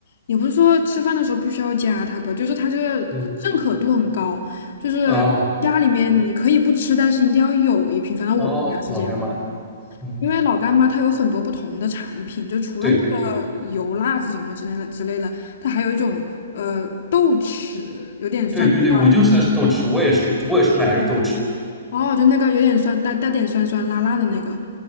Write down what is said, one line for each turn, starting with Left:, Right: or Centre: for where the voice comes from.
Left: 也不是说吃饭的时候必须要加它吧，就是它这个认可度很高，
Centre: 嗯
Left: 就是家里面你可以不吃，
Centre: 啊，
Left: 但是一定要有一瓶。反正我们家是这样的
Centre: 哦，老干妈，嗯，
Left: 因为老干妈它有很多不同的产品，就除了那个油辣子什么之类的之类的，
Centre: 对对对
Left: 它还有一种呃豆豉，有点酸酸，
Centre: 对对对，我就吃的是豆豉，我也是我也是买的是豆豉，
Left: 哦，就那个有点酸，带带点酸酸辣辣的那个，